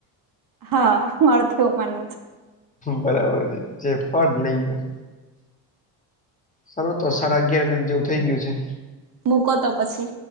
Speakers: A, on the right; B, on the left.
A: હા મારું એવું માનવું છે
B: બરાબર છે જે પણ લઈ ગયો સારો તો સાડા અગિયાર મિનિટ જેવું થઇ ગયું છે
A: મૂકો તો પછી